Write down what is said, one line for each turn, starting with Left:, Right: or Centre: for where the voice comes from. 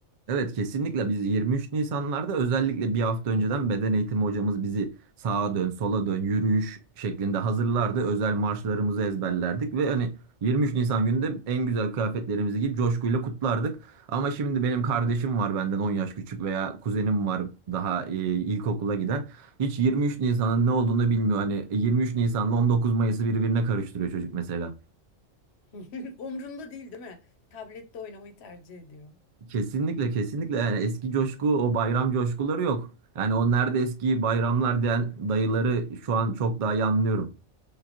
Right: Evet kesinlikle biz 23 Nisanlarda özellikle bir hafta önceden beden eğitimi hocamız bizi sağa dön, sola dön, yürüyüş şeklinde hazırlardı. Özel marşlarımızı ezberlerdik ve hani 23 Nisan günü de en güzel kıyafetlerimizi giyip coşkuyla kutlardık. Ama şimdi benim kardeşim var benden 10 yaş küçük veya kuzenim var daha e, ilkokula giden. Hiç 23 Nisan'ın ne olduğunu bilmiyor. Hani 23 Nisan'la 19 Mayıs'ı birbirine karıştırıyor çocuk mesela.
Left: <laughs> Umrunda değil, değil mi? Tablette oynamayı tercih ediyor.
Right: Kesinlikle kesinlikle yani eski coşku o bayram coşkuları yok. Yani o nerede eski bayramlar diyen dayıları şu an çok daha iyi anlıyorum.